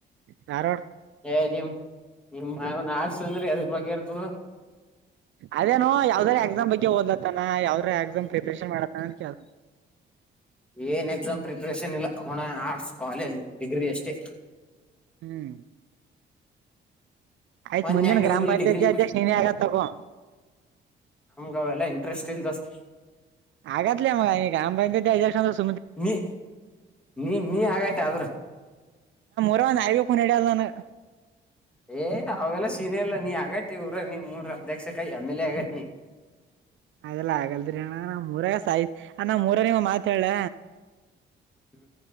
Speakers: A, on the right; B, in the centre.
A: ಧಾರವಾಡಕ,
B: ಏ ನಿಮ್ಮ್ ನಿಮ್ಮ್ನ್ ಆರ್ಟ್ಸ್ ಅಂದ್ರ ಎದ್ರ ಬಗ್ಗೆ ಇರ್ತದ,
A: ಅದೇನು ಯಾವದರ ಎಕ್ಸಾಮ್ ಬಗ್ಗೆ ಓದ್ಲ ಕತ್ತನ, ನಾ ಯಾವದರ ಎಕ್ಸಾಮ್ ಪ್ರಿಪರೇಷನ್ ಮಾಡಕ ಅತ್ತಾನ ಅಂತ ಕೇಳಿದೆ,
B: ಏನ್ ಎಕ್ಸಾಮ್ ಪ್ರಿಪರೇಷನ್ ಇಲ್ಲ ಒಣ ಆರ್ಟ್ಸ್ ಕಾಲೇಜ್ ಡಿಗ್ರಿ ಅಷ್ಟೇ,
A: ಹ್ಮ್ ಆಯ್ತ್
B: ಒನ್
A: ಮುಂದಿನ
B: ಆ್ಯಂಡ್
A: ಗ್ರಾಮ
B: ಓನ್ಲಿ
A: ಪಂಚಾಯತಿ
B: ಡಿಗ್ರಿ
A: ಅಧ್ಯಕ್ಷ ನೀನೇ <unintelligible> ತೊಗೊ,
B: ನಮಗ ಅವೆಲ್ಲಾ ಇಂಟ್ರೆಸ್ಟ್ ಇಲ್ಲ ದೋಸ್ತ್,
A: ಆಗತ್ತಲೆ ಮಗಾ ನೀ ಗ್ರಾಮ ಪಂಚಾಯತ್, <unintelligible>
B: ನೀ ನೀ ನೀ ಆಗತ್ತಿ ಆದ್ರ,
A: ಬರೇ ಒಂದು ನಾಯಿ ಕುನ ಹಿಡಿಯಲ್ಲ ನನಗ,
B: ಏ ಅವೆಲ್ಲ ಸೀನ ಇಲ್ಲ ನೀ ಆಗತ್ತ ಊರ ನೀ ನಿಮ್ಮೂರು ಅಧ್ಯಕ್ಷಕ ಎಮ್ ಎಲ್ ಎ ಆಗತ್ತಿ ನೀ, <inaudible>
A: ಅದೆಲ್ಲ ಆಗಲ್ದರಿ ಅಣ್ಣ ನಮ್ಮ ಊರಾಗ ಸಾಯಿ ನಮ್ಮ ಊರಾರಿಗೊಂದು ಮಾತು ಹೇಳ್,
B: ಹು,